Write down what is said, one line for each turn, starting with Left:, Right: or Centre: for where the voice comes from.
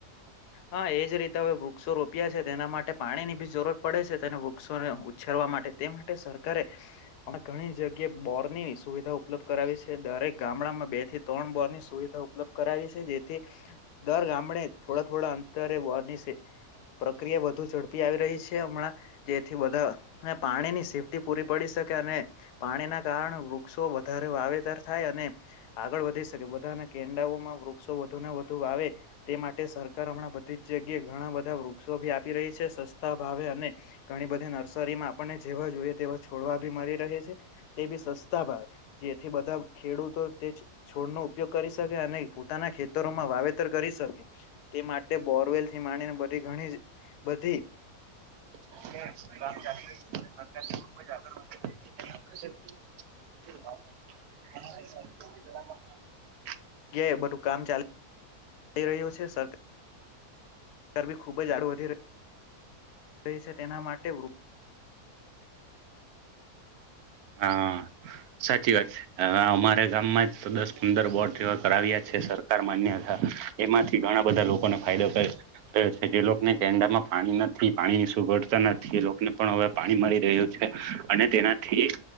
Left: હા હા એ જ રીતે હવે વૃક્ષો રોપ્યા છે તેના માટે પાણી ની બી જરૂરત પડે છે તેને વૃક્ષોને ઉછેરવા માટે તે માટે સરકારે પણ ઘણી જગ્યાએ બોર ની સુવિધા ઉપલબ્ધ કરાવી છે દરેક ગામડામાં બે થી ત્રણ બોર ની સુવિધા ઉપલબ્ધ કરાવી છે જેથી દર ગામડે થોડા થોડા અંતરે વર્ની છે પ્રક્રિયા વધુ ઝડપી આવી રહી છે હમણાં જેથી બધા પાણી ની સેફ્ટી પૂરી પડી અને પાણીના કારણે વૃક્ષો વધારે વાવેતર થાય અને આગળ વધી શકે કેડામાં વૃક્ષો વધુ ને વધુ વાવે તે માટે સરકાર હમણાં બધી જ જગ્યાએ ઘણા બધા વો ભી આપી રહી છે સસ્તા ભાવે અને ઘણી બધી નર્સરીમાં આપણને જેવા જોઈએ તેવા છોડવા બી મારી રહે છે તે બી સસ્ જેથી બધા ખેડૂતો તે છોડ નો ઉપયોગ કરી શકે અને પોતાના ખેતરોમાં વાવેતર કરી શકે તે માટે બોરવેલ થી માનીને બધી ઘણી બધી
Right: હમ <inaudible> હા
Left: જગ્યાએ બધું કામ ચાલુ થઈ રહ્યું છે સરકાર ગરબી ખૂબ જ આડળ વધી રહી રહી છે તેના માટે
Right: હા સાચી વાત છે અમારા ગામમાં જ દસ પંદર બોર્ડ જેવા કરાવ્યા છે સરકાર માન્ય હતા એમાંથી ઘણા બધા લોકોને ફાયદો થયો છે જે લોકોને ડામાં પાણી નથી પાણી ની સુગડતા નથી એ લોકોને પણ હવે પાણી મળી રહ્યું છે અને તેનાથી